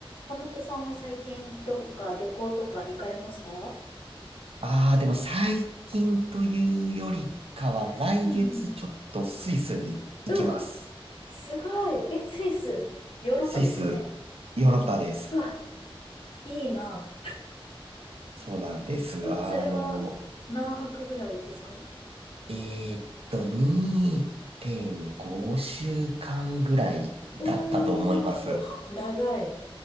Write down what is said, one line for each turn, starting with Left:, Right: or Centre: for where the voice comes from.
Left: 岡本さんは最近どこか旅行とか行かれました
Right: ああ、でも最近というよりかは、来月ちょっとスイスに行きます。
Left: うんうんうん。うわ、すごい。え、スイス、ヨーロッパですよね。
Right: スイス、ヨーロッパです。
Left: うわ、いいな。
Right: そうなんです。
Left: え、
Right: あの、
Left: それは何泊ぐらいですか
Right: えーっと、2.5週間ぐらいだったと思います。
Left: うん。おー、長い。